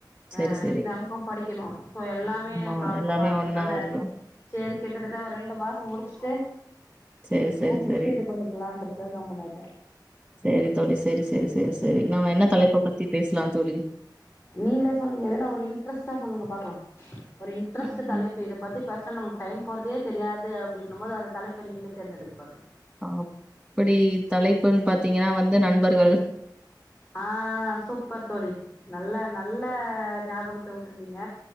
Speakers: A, in the centre; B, on the left (about 40°).
A: சரி,
B: ஆ
A: சரி.
B: எக்ஸாம்க்கு படிக்கணு சோ எல்லாமே
A: ஆமா
B: ப்ராப்ளமா
A: எல்லாமே
B: இருக்கத்னால
A: ஒன்னா வருதா?
B: சேரி கிட்டத்தட்ட ஒரு ரெண்டு மாசோ முடிச்சுட்டு
A: சரி, சரி,
B: முடிச்சுட்டு
A: சரி.
B: இது பண்ணிக்லான்றதுகாக கம்முனு ஆய்ட்ட
A: செரி தோழி செரி செரி செரி செரி நாம என்ன தலைப்ப பத்தி பேசலா தோழி
B: நீங்ளே சொல்லுங்க எதனா ஒரு இன்ட்ரெஸ்ட்டா சொல்லுங்க பாக்லா ஒரு இன்ட்ரெஸ்ட்
A: ம்.
B: தலைப்பு இதப் பத்தி பேசுனா நமக்கு டைம் போறதே தெரியாது அப்டின்னும்போது அந்த தலைப்ப நீங்ளே தேர்ந்தெடுங்க பாக்லா
A: அப்பிடி தலைப்புன் பாத்தீங்கனா வந்து நண்பர்கள்
B: ஆ சூப்பர் தோழி நல்ல நல்ல நியாபகத்த வூட்டூனிங்க